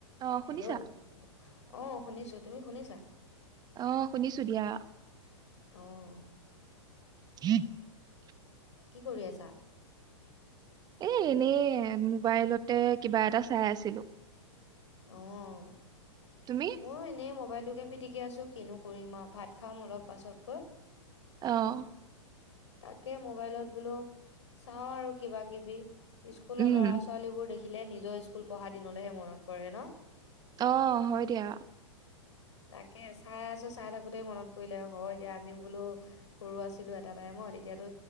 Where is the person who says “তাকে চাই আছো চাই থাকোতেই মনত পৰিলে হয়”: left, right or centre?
Left